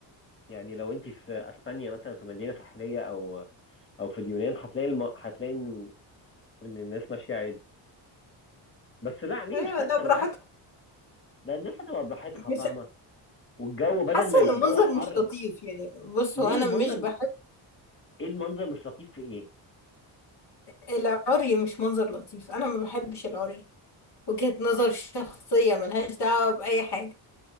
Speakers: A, on the left; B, on the left.
A: يعني لو انت في اسبانيا مثلا في مدينه ساحليه او او في اليونان هتلاقي الم... هتلاقي ان إن الناس ماشيه عادي بس لا ليه
B: ايوه
A: مش كارثه
B: ده براحتكم
A: بالعكس ده الناس هتبقى براحتها
B: مش
A: فاهمه والجو بدل
B: حاسة
A: ما يبقى
B: ان المنظر
A: الجو حر
B: مش لطيف يعني بصوا
A: ليه
B: انا
A: منظر
B: مش بحب
A: ايه المنظر مش لطيف في ايه
B: العري مش منظر لطيف انا ما بحبش العري وجهة نظر شخصية ملهاش دعوة بأي حاجة